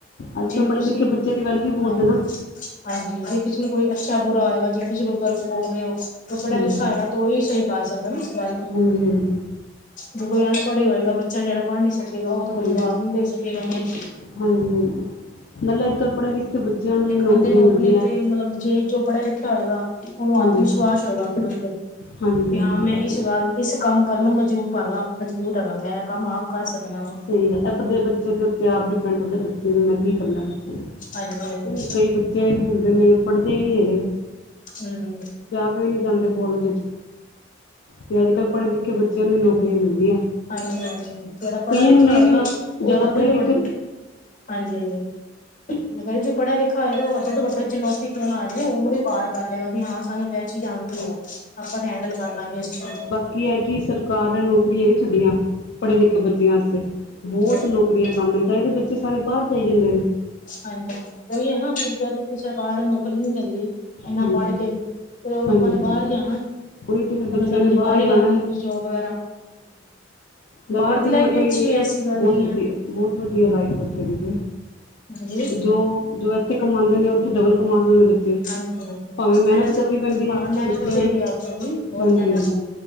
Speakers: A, on the left; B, on the left.
A: ਅੱਜ ਕੱਲ ਪੜ੍ਹੇ
B: ਕੁਛ
A: ਲਿਖੇ ਬੱਚੇ ਦੀ ਵੈਲਿਊ ਬਹੁਤ
B: ਹਾਂ
A: ਹੇਨਾ।
B: ਹਾਂਜੀ, ਜੇ ਕਿਸੇ ਨੂੰ ਕੋਈ ਅੱਛਾ ਬੁਰਾ ਹੋਏਗਾ ਜੇ ਕਿਸੀਂ ਕੋਈ ਗਲਤ ਬੋਲ ਰਹੇ ਹੋ ਕੋਈ ਪੜਾ
A: ਹਾਂਜੀ
B: ਲਿਖਾ ਹੋਏਗਾ। ਉਹੀ ਸਹੀ ਕਰ ਸਕਦਾ ਨਾ ਇਸ ਗੱਲ ਨੂੰ
A: ਹਾਂਜੀ ਹਾਂਜੀ
B: ਜੇ ਕੋਈ ਅਨਪੜ੍ਹ ਹੀ ਹੋਏਗਾ ਬ ਬੱਚਾ ਜਿਹੜਾ ਪੜ੍ਹ ਨੀ ਸਕੇਗਾ ਉਹ ਤਾਂ ਕੋਈ
A: ਹਾਂਜੀ
B: ਜਵਾਬ ਨੀ ਦੇ ਸਕੇਗਾ ਹੁਣੇ।
A: ਹਾਂਜੀ ਹਾਂਜੀ ਨਲਨ ਕੱਪੜੇ ਦੀ ਕੇ ਬੱਚਿਆਂ
B: ਇੱਕ
A: ਵੀ ਨੌਕਰੀਆਂ
B: ਬੰਦੇ ਨੂੰ
A: ਮਿਲਦੀਆਂ
B: ਆਪਣੇ ਉੱਤੇ ਮਤਲਬ ਜੇ ਜੋ ਪੜ੍ਹਿਆ ਲਿਖਿਆ ਹੋਏਗਾ ਉਹਨੂੰ
A: ਹਾਂਜੀ
B: ਆਤਮ ਵਿਸ਼ਵਾਸ ਹੋਏਗਾ ਆਪਣੇ ਉੱਤੇ।
A: ਹਾਂਜੀ
B: ਤੇ
A: ਹਾਂਜੀ
B: ਹਾਂ, ਮੈਂ
A: ਇਹ
B: ਇਸ
A: ਤੇ ਹੈ।
B: ਗੱਲ ਇਸ ਕੰਮ ਕਰਨ ਨੂੰ ਮਜ਼ਬੂਬ ਹੈਗਾ, ਮਜ਼ਬੂਤ ਹੈਗਾ ਮੈਂ ਕੰਮ ਆਪ ਕਰ ਸਕਣਾ ਵਾਂ।
A: ਸਹੀ ਹੈ, ਆਪਦੇ ਬੱਚੇ ਦੇ ਉੱਤੇ ਆਪ ਡਿਪੈਂਡ ਹੁੰਦੇ ਕੀ ਕਰਨਾ ਬੱਚੇ
B: ਹਾਂਜੀ ਹਾਂਜੀ
A: ਨੂੰ ਕਈ ਬੱਚੇ ਹੁੰਦੇ ਨੇ ਪੜ੍ਹਦੇ ਹੀ ਨਹੀਂ ਹੈਗੇ।
B: ਹੂ,,,
A: ਆਪਾਂ ਨੀ ਜਾਂਦੇ ਕੋਲਜ ਚ ਤੇ ਅੱਜ ਕੱਲ ਪੜ੍ਹੇ ਲਿਖੇ ਬੱਚਿਆਂ ਨੂੰ ਹੀ ਨੌਕਰੀਆਂ ਮਿਲਦੀਆਂ।
B: ਹਾਂਜੀ, ਹਾਂਜੀ। ਜਿਹੜਾ ਪੜ੍ਹਿਆ
A: ਕਈਆਂ
B: ਲਿਖਿਆ
A: ਨੂੰ ਨਹੀਂ
B: ਹੋਏਗਾ
A: ਵੀ
B: ਉਹ
A: ਜ਼ਿਆਦਾ
B: ਵੱਡੀੇ
A: ਪੜ੍ਹੇ
B: ਤੋਂ
A: ਲਿਖੇ
B: ਵੱਡ ਹਾਂਜੀ ਹਾਂਜੀ। ਬਈ ਜੋ ਪੜਿਆ ਲਿਖਿਆ ਹੋਏਗਾ ਉਹ ਵੱਡੇ ਤੋਂ ਵੱਡੇ ਚੁਣੌਤੀ ਕਿਉਂ ਨਾ ਆ ਜਾਵੇ ਉਹਨੂੰ ਵੀ ਪਾਰ ਕਰ ਲੇਗਾ ਵੀ ਹਾਂ ਸਾਨੂੰ ਤੇ ਚੀਜ਼ ਆਉਂਦੀ ਹੈ ਆਪਾਂ ਤੇ ਹੈਂਡਲ ਕਰ ਲਾਂਗੇ ਇਸ ਚੀਜ਼ ਨੂੰ।
A: ਕੀ ਹੈ ਕਿ ਸਰਕਾਰ ਨੇ ਨੌਕਰੀਆਂ ਨਹੀਂ ਛੱਡੀਆਂ। ਪੜ੍ਹੇ ਲਿਖੇ ਬੱਚਿਆ ਵਾਸਤੇ ਬਹੁਤ
B: ਹਾਂਜੀ-ਹਾਂਜੀ-ਹਾਂਜੀ
A: ਨੌਕਰੀਆਂ ਕੰਮ ਨੇ ਤਾਂਹੀ ਤੇ ਬੱਚੇ ਸਾਰੇ ਬਾਹਰ ਜਾਈ ਜਾਂਦੇ ਨੇ।
B: ਹਾਂਜੀ ਉਹੀ ਹੈ ਨਾ ਜਦ ਸਰਕਾਰ ਨੌਕਰੀ ਨੀ ਦਿੰਦੀ। ਇੰਨਾ
A: ਹਾਂਜੀ
B: ਪੜ ਕੇ ਵੀ ਫਿਰ ਉਹ ਲੋਕਾਂ
A: ਹਾਂਜੀ
B: ਨੇ
A: ਹਾਂਜੀ
B: ਬਾਹਰ ਹੀ ਜਾਣਾ
A: ਉਹੀ ਤੇ ਫਿਰ ਬੱਚਿਆਂ
B: ਉਹਨੇ ਕਹਿਣਾ
A: ਨੇ
B: ਜੀ
A: ਬਾਹਰ ਹੀ ਜਾਣਾ
B: ਕੋਈ ਗੱਲ ਨਹੀਂ ਜੋਬ ਵਗੈਰਾ।
A: ਲੱਲੇ
B: ਬਾਹਰ ਦੀ
A: ਤੇ
B: ਲਾਈਫ
A: ਨੌਕਰੀ
B: ਵੀ ਅੱਛੀ ਐਸੀ ਗੱਲ
A: ਬਹੁਤ
B: ਨੀ
A: ਵਧੀਆ
B: ਹੈ
A: ਬਹੁਤ ਵਧੀਆ ਲਾਈਫ ਉੱਥੇ ਦੀ ਤੇ।
B: ਹਾਂਜੀ।
A: ਜੋ ਜੋ ਇੱਥੇ ਕਮਾਉਂਦੇ ਨੇ ਉੱਥੇ ਡਬਲ ਕਮਾਉਂਦੇ ਨੇ ਬੱਚੇ।
B: ਹਾਂਜੀ, ਹਾਂਜੀ,
A: ਭਾਵੇਂ
B: ਹਾਂਜੀ, ਮਿਹਨਤ
A: ਕਰਨੀ ਪੈਂਦੀ
B: ਭਾਵੇ
A: ਹੈ
B: ਮਿਹਨਤ
A: ਬੱਚਿਆਂ
B: ਫਿਰ
A: ਨੂੰ
B: ਹੀ ਉਥੇ ਦੀ ਬਹੁਤ
A: ਹਾਂਜੀ
B: ਮਿਹਨਤ ਹੈ।